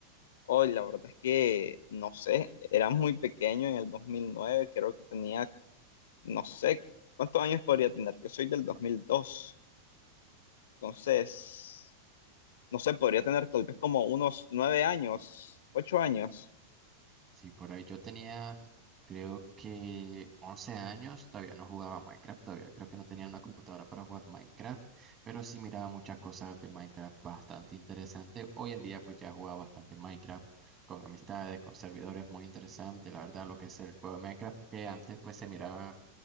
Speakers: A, on the left; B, on the right.
A: Oye, la verdad es que, no sé, era muy pequeño en el 2009. creo que tenía, no sé, ¿cuántos años podría tener? Yo soy del 2002, entonces... no sé, podría tener tal vez como unos nueve años, ocho años.
B: Sí, por ahí yo tenía, creo que 11 años, todavía no jugaba Minecraft, todavía creo que no tenía una computadora para jugar Minecraft, pero sí miraba muchas cosas de Minecraft bastante interesante. Hoy en día pues ya jugaba bastante Minecraft con amistades, con servidores, muy interesante, la verdad, lo que es el juego de Minecraft, que antes pues se miraba